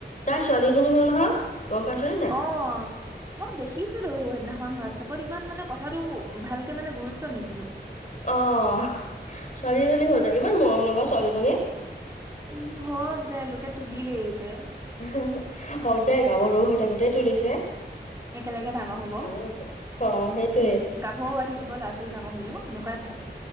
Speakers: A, on the left (about 45°); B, on the right (about 15°).
A: তাই ছোৱালী এজনী হ'ল নহয় গম পাইছনে নাই
B: অ', মই দেখিছিলো সেইদিনাখন হোৱাটছপত ইমান মানে কথাাতটো ভালকে মানে গুৰুত্ব নিদিলো।
A: অ', ছোৱালী এজনী হ'ল দে, ইমান মৰম লগা ছোৱালীজনী।
B: উম, হওক দে লোকে তুলিলেই যে।
A: হওক দে গাভৰু হৈ থাকোতেই তুলিছে।
B: একেলগে ডাঙৰ হব। উম,
A: ভালে হৈছে অ সেইটোয়ে
B: গাভৰু হৈ থাকিব ল'ৰা ছোৱালী ডাঙৰ হ'লেও এনেকুৱাই ভাল।